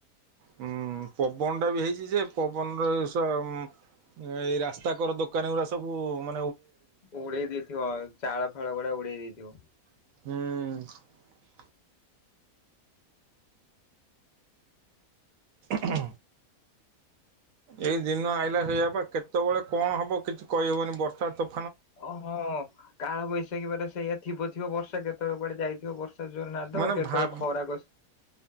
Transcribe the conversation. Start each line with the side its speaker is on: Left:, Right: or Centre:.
Right: ହୁଁ ପବନ ଟା ବି ହେଇଛି ଯେ ପବନ <unintelligible> ଏଇ ରାସ୍ତାକର ଦୋକାନ ଗୁଡା ସବୁ ମା
Left: ଉଡେଇ ଦେଇଥିବ ଚାଳ ଫାଳ ଗୁଡା ଉଡେଇ ଦେଇଥିବ।
Right: ହୁଁ। ହ ଏଇ ଦିନ ଆଇଲା ସେଇଆ ବା କେତେବେଳେ କଣ ହବ କିଛି କହିହବନି ବର୍ଷା ତ
Left: ଓହୋ କାଳ ବୈଶାଖୀ ପରେ ସେଇଆ ଥିବ ଥିବ ବର୍ଷା କେତେବେଳେ କୁଆଡେ ଯାଇଥିବ ବର୍ଷା ଜୋରେ ନାଦିଦବ
Right: ମାନେ
Left: କେତେବେଳେ
Right: ଭାବ
Left: ଖରା କଷି